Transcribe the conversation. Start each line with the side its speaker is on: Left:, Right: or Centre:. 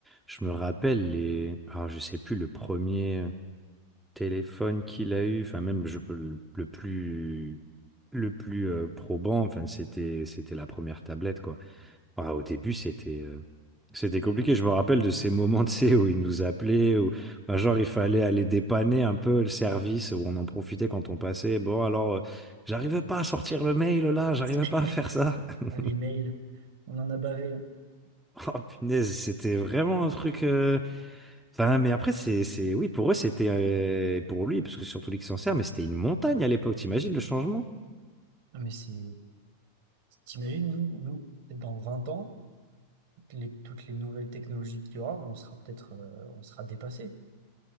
Centre: je me rappelle les... Ah, je sais plus, le premier téléphone qu'il a eu, enfin même je- le, le plus... Le plus euh, probant, enfin, c'était, c'était la première tablette, quoi. Ah, au début, c'était, euh, C'était compliqué. Je me rappelle de ces moments, tu sais, où ils nous appelaient, où enfin, genre il fallait aller dépanner un peu le service, où on en profitait quand on passait. Bon, alors, euh, j'arrivais pas à sortir le mail là, j'arrivais
Right: <laughs>
Centre: pas à faire ça. <laughs>
Right: Ah, les mails, on en a bavé. hein.
Centre: Oh punaise, c'était vraiment un truc. euh, Enfin, mais après, c'est, c'est, oui, pour eux, c'était, euh, pour lui, parce que surtout lui qui s'en sert, mais c'était une montagne à l'époque. T'imagines le changement?
Right: Ah, Mais c'est. T'imagines, nous, nous, peut-être dans 20 ans, les- toutes les nouvelles technologies qu'il y aura, on sera peut-être euh, on sera dépassé.